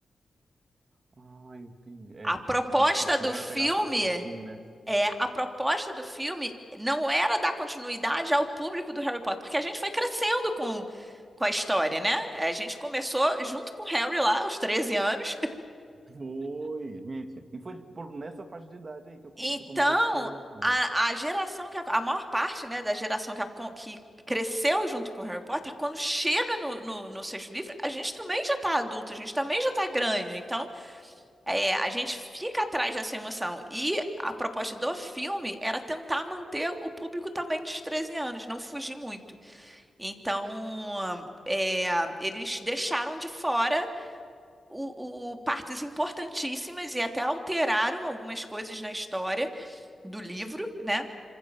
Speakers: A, on the right (about 50°); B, on the right (about 20°).
A: Ah, entendi. É,
B: A proposta
A: faz sentido. Eles quiseram
B: do filme.
A: pegar a parte teen, né?
B: É, a proposta do filme não era dar continuidade ao público do Harry Potter, porque a gente foi crescendo com, com a história, né? A gente começou junto com o Harry lá, aos 13 anos.
A: Foi, gente. E foi por nessa faixa de idade aí que eu, come-
B: Então,
A: que eu comecei a assistir o horror.
B: a, a geração que a, a maior parte, né, da geração que, acon- que cresceu junto com Harry Potter, quando chega no, no, no sexto livro, a gente também já tá adulto, a gente também já tá grande. Então, é, a gente fica atrás dessa emoção. E a proposta do filme era tentar manter o público também dos 13 anos, não fugir muito. Então, é, eles deixaram de fora o, o- partes importantíssimas e até alteraram algumas coisas na história do livro, né?